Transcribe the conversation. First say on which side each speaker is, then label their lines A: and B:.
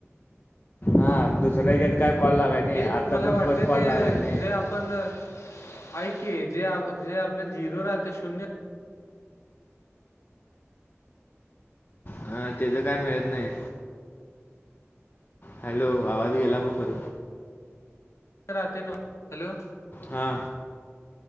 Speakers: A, on the left; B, on the left.
A: हा दुसऱ्या घेत काय कॉल लागाय नाही
B: ते
A: आता
B: मला
A: पण
B: वाटते
A: परत कॉल
B: ते
A: लागाय नाही
B: जे आपण ऐक जे जे आपले झिरोू राहते शून्य
A: हा तेच काय मिळत नाही हॅलो आवाज गेला प पर
B: आते न हॅलो
A: हा